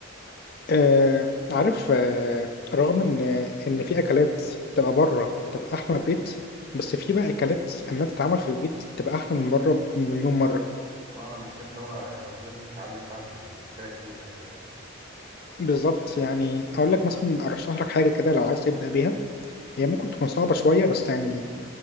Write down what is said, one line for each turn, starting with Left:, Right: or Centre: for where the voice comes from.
Left: آه عارف آه رغم ان ان في اكلات تبقى بره تبقى احلى من البيت بس في بقى اكلات انها تتعمل في البيت بتبقى احلى من بره بمليون مره
Right: اه انا شايف اللي هو الواحد لازم يتعلم بقى عشان كده كتير يعني فاهمني
Left: بالظبط يعني اقول لك مثلا ارشح لك حاجه كده لو عايز تبدا بيها هي ممكن تكون صعبه شويه بس يعني